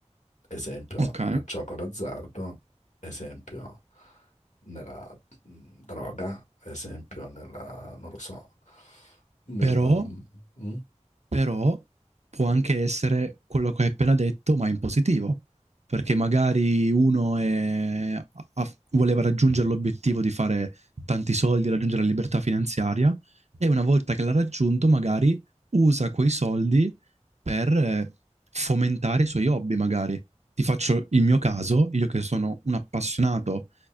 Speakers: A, on the left; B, on the right.
A: Esempio
B: ok.
A: nel gioco d'azzardo, esempio nella mh, droga, esempio nella, non lo so, nella...
B: Però,
A: mh,
B: però può anche essere quello che hai appena detto, ma in positivo, perché magari uno è- ha- voleva raggiungere l'obiettivo di fare tanti soldi, raggiungere la libertà finanziaria, e una volta che l'ha raggiunto, magari usa quei soldi per eh, fomentare i suoi hobby, magari. Ti faccio il mio caso, io che sono un appassionato